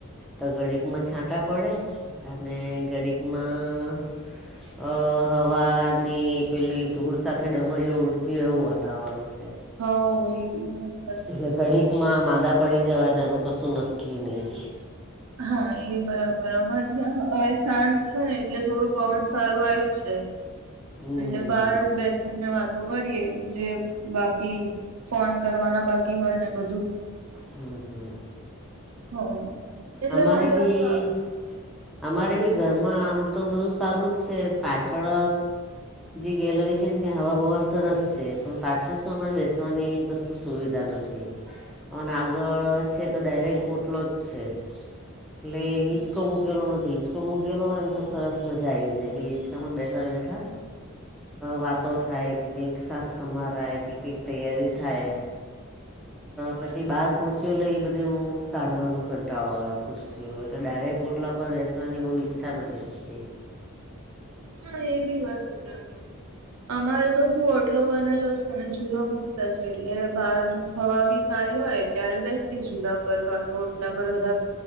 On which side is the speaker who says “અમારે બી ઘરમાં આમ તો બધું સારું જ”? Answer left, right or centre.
Centre